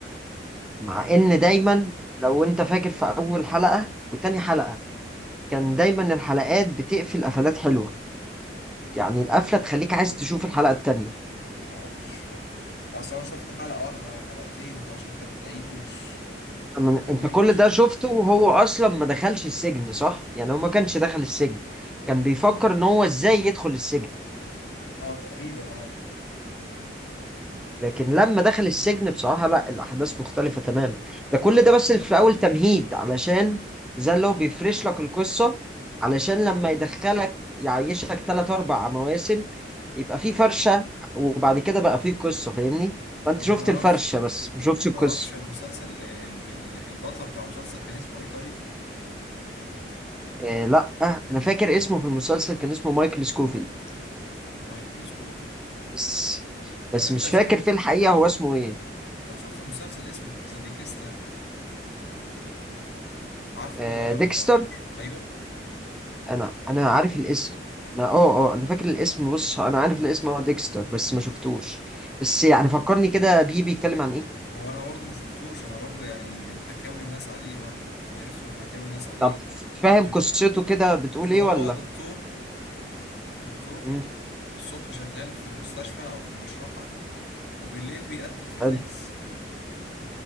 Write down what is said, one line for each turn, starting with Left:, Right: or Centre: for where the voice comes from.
Left: فاهمني
Centre: مع ان دايما لو انت فاكر في اول حلقة وتاني حلقة كان دايما الحلقات بتقفل قفلات حلوة يعني القفلة تخليك عايز تشوف الحلقة التانية
Left: لا مش اصل انا شفت حلقة واحدة او حلقتين فعشان كده تلاقيني مش
Centre: أنا-
Left: ما كملتش
Centre: انت كل ده
Left: يعني
Centre: شفته وهو اصلا ما دخلش السجن صح يعني هو ما كانش دخل السجن كان بيفكر ان هو ازاي يدخل السجن
Left: اه تقريبا اه
Centre: لكن لما دخل السجن بصراحة لا الاحداث مختلفة تماما ده كل ده بس في اول تمهيد علشان زي اللي هو بيفرش لك القصة علشان لما يدخلك يعيشك ثلاث اربع مواسم يبقى في فرشة وبعد كده بقى في قصة فاهمني فانت
Left: طب
Centre: شفت
Left: ما تعرفش
Centre: الفرشة بس ما شفتش
Left: طب ما
Centre: القصة
Left: تعرفش المسلسل آه، ال- ال- البطل بتاع المسلسل كان اسمه ايه طيب
Centre: إيه لا آه انا فاكر اسمه في المسلسل كان اسمه مايكل سكوفيلد
Left: مايكل سكوفيل
Centre: بس
Left: اه طب
Centre: بس
Left: انت
Centre: مش
Left: شوف
Centre: فاكر في الحقيقة هو اسمه ايه
Left: طب شفت مسلسل اسمه ذا ديكستر عارفه
Centre: آه
Left: ده ولا
Centre: ديكستر
Left: ما تعرفوش ايوه
Centre: انا انا عارف الاسم انا اه اه انا فاكر الاسم بص انا عارف الاسم هو ديكستر بس ما شفتوش بس يعني فكرني كده بيه بيتكلم عن ايه
Left: هو انا برضو ما شفتوش انا برضو يعني من حكاوي الناس عليه برضو عرفته من حكاوي الناس عليه
Centre: طب فاهم
Left: ان
Centre: قصته كده بتقول
Left: ان
Centre: ايه
Left: هو
Centre: ولا
Left: دكتور دكتور
Centre: مم.
Left: الصبح شغال في المستشفى أو في المشرحة وبالليل بيقتل في الناس
Centre: حلو